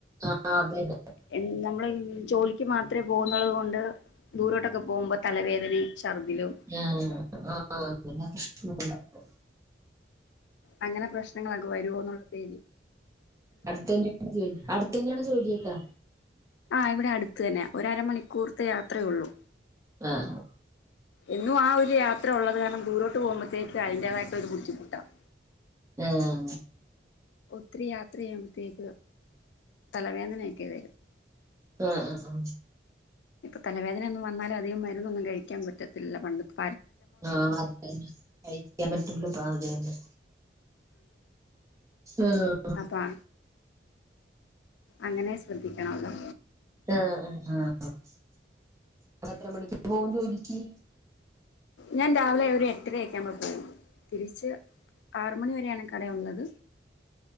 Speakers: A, on the right; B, on the left.
A: ആ അതന്നെ
B: എ നമ്മള് ജോലി ക്ക് മാത്രമേ പോകുന്നുുള്ളത കൊൊണ്ട് ദൂരോട്ടൊക്കെ പോകുമ്പോ തലവേദനയും ഛർദിലും
A: ആഹ ആ അ
B: അങ്ങനെ പ്രശ്നങ്ങളൊക്കെ വരുവോ എന്നുള്ള പേരില്
A: അടുത്ത തന്നെയാണ്ോ അടുത്ത തന്നെയാണ് ജോലിയക്കാ
B: ആ ഇവിടെ അടുത്ത തന്നെ ഒരമണിക്കൂർത്തെ യാത്രയേ ഉള്ളൂ
A: ആഹ
B: എന്നും ആ ഒരു യാത്ര ഉള്ളത് കാരണം ദൂരോട്ട് പോകുമ്പോത്തേക്ക് അതിന്റേതായിട്ടൊ ഒരു ബുദ്ധിമുട്ടാണ്
A: ആഹ
B: ഒത്തിരി യാത്ര ചെയ്യുമ്പോഴത്തേക്ക് തലവേദനൊക്കെ വരും
A: ആഹ ആ ആ
B: ഇപ്പൊ തലവേദന ഒന്നും വന്നാലും അധികം മരുന്നൊന്നും കഴിക്കാൻ പറ്റത്തില്ല പണ്ടത്തെ
A: ആഹ അത തന്നെ കഴക്കാൻ പറ്റുള്ളൂ പ അത തന്നെ ആഹ
B: അപ്പൾ അങ്ങനെ ശ്രദ്ധിക്കണല്ലോ
A: ആ ആ ആ എത്ര മണിക്ക് പോകും ജോലിക്ക്
B: ഞാൻ രാവിലെ ഒരു എട്ടരയക്കാ്പോ പോയി തിരിച്ച് ആറ മണി വരെയാണ് കട ഉള്ളത്